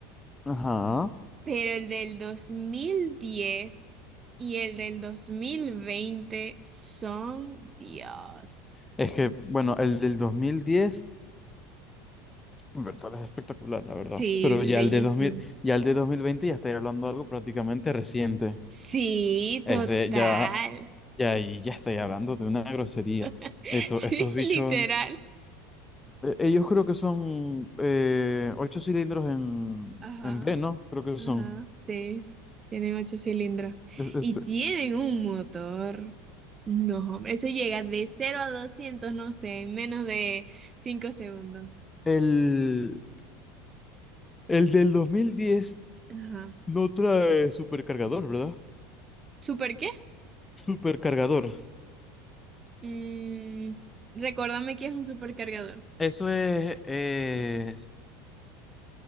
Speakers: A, on the left; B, on the right.
A: Ajá.
B: pero el del 2010 y el del 2020 son, Dios.
A: Es que, bueno, el del 2010, en verdad, es espectacular, la verdad.
B: Sí,
A: Pero ya
B: bellísimo.
A: el de dos mil ya el de 2020 ya estoy hablando de algo prácticamente reciente.
B: Sí,
A: Ese
B: total.
A: ya, ya ahí ya estoy hablando de una grosería.
B: <laughs>
A: Eso,
B: Sí,
A: esos bichos
B: literal.
A: E- Ellos creo que son eh, ocho cilindros en,
B: Ajá,
A: en B, ¿no? Creo que
B: ajá,
A: son.
B: sí. Tienen ocho cilindros.
A: Es- es-
B: Y tienen un motor. No, hombre, eso llega de cero a 200 no sé, en menos de 5 segundos.
A: el, el del 2010
B: Ajá.
A: no trae supercargador, ¿verdad?
B: ¿Super qué?
A: Supercargador.
B: Mm, recuérdame que es un supercargador.
A: Eso es, es-